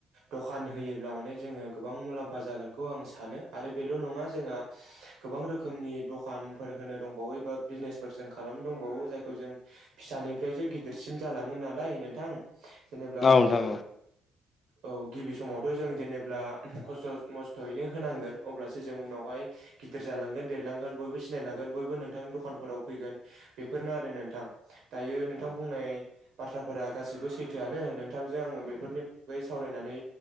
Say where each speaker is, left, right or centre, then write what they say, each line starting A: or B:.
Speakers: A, on the right; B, on the left.
A: दखान होयोब्ला माने जोङो गोबां मुलाम्फा जागोनखौ आं सानो आरो आरो बेल' नङा जोंहा गोबां रोखोमनि दखानफोर होनो दंबावो बा बिजनेसफोर जों खालामनो दंबावो जायखौ जों फिसानिफ्रायसो गिदिरसिम जालाङो नालाय नोंथां जेनेबा
B: औ
A: जोङो
B: नोंथां
A: औ गिबि समावथ' जों जेनेब्ला खस्थ' मस्थ'यैनो होनांगोन अब्लासो जों उनावहाय गिदिर जालांगोन देरलांगोन बयबो सिनायलांगोन बयबो नोंथांनि द दखानफोराव फैगोन बेफोरनो आरो नोंथां दायो
B: औ
A: नोंथां बुंनाय बाथ्राफोरा गासिबो स सैथोआनो नोंथांजों आंङो
B: औ
A: बेफोरनि बैगै सावरायनानै